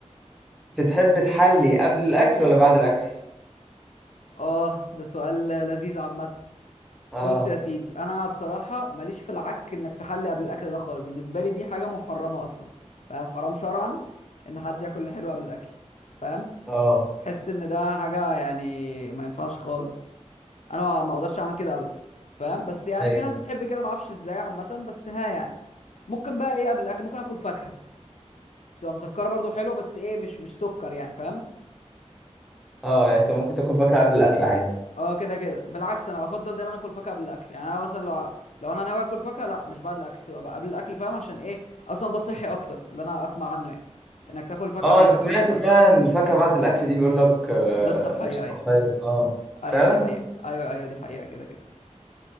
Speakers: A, in the centre; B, on the left (about 70°).
A: بتحب تحلي قبل الاكل ولا بعد الاكل
B: اه ده سؤال لذيذ عامه
A: اه
B: بص يا سيدي انا بصراحه ماليش في العك انك تحلي قبل الاكل ده خالص بالنسبه لي دي حاجه محرمه اصلا فاهم حرام شرعا ان حد ياكل الحلو قبل الاكل فاهم
A: اه
B: حس ان ده حاجه يعني ما ينفعش خالص انا ما ما اقدرش اعمل كده ابدا فاهم بس يعني
A: ايوه
B: في ناس بتحب كده ما اعرفش ازاي عامه بس ها يعني ممكن بقى ايه قبل الاكل ممكن اكل فاكهه بتبقى مسكره برضو حلوه بس ايه مش مش سكر يعني فاهم
A: اه يعني انت ممكن تاكل فاكهه قبل الاكل عادي
B: اه كده كده بالعكس انا افضل دايما اكل فاكهه قبل الاكل يعني انا مثلا لو لو انا ناوي اكل فاكهه لا مش بعد الاكل تبقى بقى قبل الاكل فاهم عشان ايه اصلا ده صحي اكتر اللي انا اسمع عنه يعني انك تاكل فاكهه
A: اه
B: قبل الاكل
A: انا سمعت
B: مش بعد
A: فعلا الفاكهه بعد الاكل دي بيقول لك آه...
B: غير صحيه
A: مش
B: ايوه
A: صحيه اه
B: ايوه
A: فعلا
B: دي حقيقه ايوه ايوه دي حقيقه كده كده